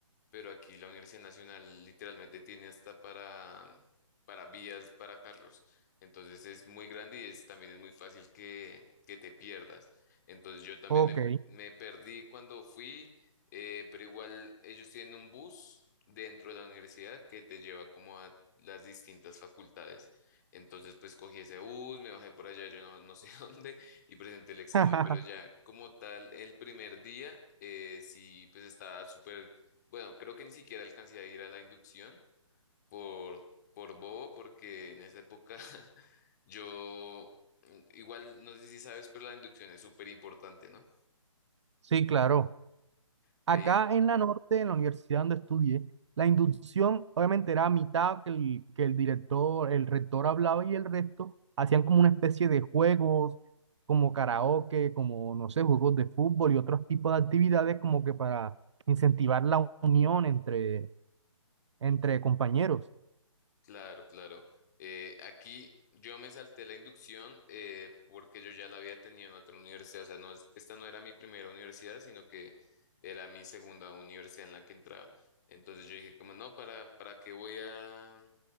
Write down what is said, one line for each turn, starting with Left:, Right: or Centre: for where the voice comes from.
Left: pero aquí la Universidad Nacional literalmente tiene hasta para, para vías para carros. Entonces es muy grande y es, también es muy fácil que, que te pierdas. Entonces yo también
Right: Ok.
Left: me, me perdí cuando fui, eh, pero igual ellos tienen un bus dentro de la universidad que te lleva como a las distintas facultades. Entonces pues cogí ese bus, me bajé por allá, yo no, no sé <laughs> dónde, y presenté el examen,
Right: <laughs>
Left: pero ya como tal el primer día, eh, sí pues estaba súper bueno, creo que ni siquiera alcancé a ir a la inducción por, por bobo, porque en esa época <laughs> yo, mm, igual, no sé si sabes, pero la inducción es súper importante, ¿no?
Right: Sí, claro.
Left: Ahí,
Right: Acá en la norte, en la universidad donde estudié, la inducción obviamente era a mitad que el, que el director, el rector hablaba y el resto hacían como una especie de juegos, como karaoke, como, no sé, juegos de fútbol y otros tipos de actividades como que para incentivar la unión entre, entre compañeros.
Left: claro, claro. Eh, aquí yo me salté la inducción eh, porque yo ya la había tenido en otra universidad, o sea, no, es- esta no era mi primera universidad, sino que era mi segunda universidad en la que entraba. Entonces yo dije, como no, ¿para, para qué voy a...